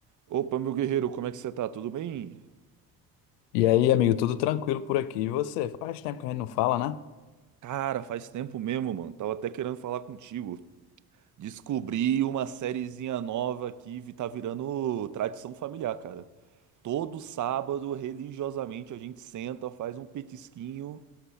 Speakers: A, on the right; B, on the left.
A: Opa, meu guerreiro, como é que você tá? Tudo bem?
B: E aí, amigo, tudo tranquilo por aqui? E você? Faz tempo que a gente não fala, né?
A: Cara, faz tempo mesmo, mano. Tava até querendo falar contigo. Descobri uma sériezinha nova que vi- tá virando tradição familiar, cara. Todo sábado, religiosamente, a gente senta, faz um petisquinho